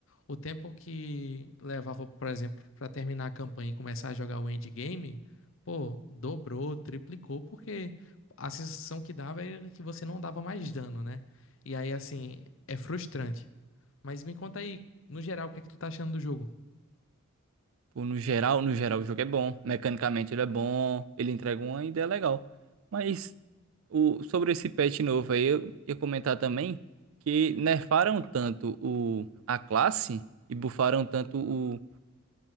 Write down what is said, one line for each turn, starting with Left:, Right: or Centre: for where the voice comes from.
Left: o tempo que levava, por exemplo, pra terminar a campanha e começar a jogar o endgame, pô, dobrou, triplicou, porque a sensação que dava era que você não dava mais dano, né? E aí, assim, é frustrante. Mas me conta aí, no geral, o que é que tu tá achando do jogo?
Right: Pô, no geral, no geral, o jogo é bom. Mecanicamente ele é bom, ele entrega uma ideia legal. Mas o, sobre esse patch novo aí, eu ia comentar também que nerfaram tanto o, a classe e bufaram tanto o.